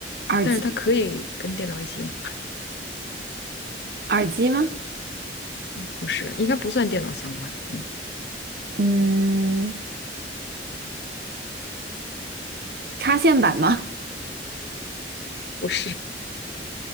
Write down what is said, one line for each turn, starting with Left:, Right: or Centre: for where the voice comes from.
Right: 耳机，
Left: 但是它可以跟电脑一起用，
Right: 耳机吗？
Left: 不是，应该不算电脑相关。嗯，
Right: 嗯，插线板吗？
Left: 不是，